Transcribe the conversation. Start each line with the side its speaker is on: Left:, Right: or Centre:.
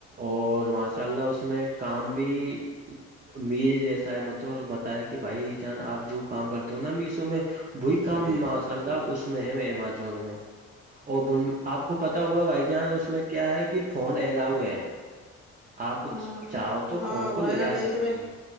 Right: اور ماشاء اللہ اس میں کام بھی ا مز جیسا ہے مطب بتا کہ بھائی جان آپ جو کام کرتے ہو نا میسو میں وہی کام
Centre: جی
Right: لہ اس میں ہے امجون میں اور اب ان آپ کو پتا ہوگا بھائی جان اس میں کیا ہے کہ فون الاؤ ہے آپ
Centre: ہ
Right: چاہو تو
Centre: ہاں
Right: فون
Centre: بائی
Right: کو لے
Centre: جار
Right: آ
Centre: انیس
Right: سکتے
Centre: میں <unintelligible>
Right: ہو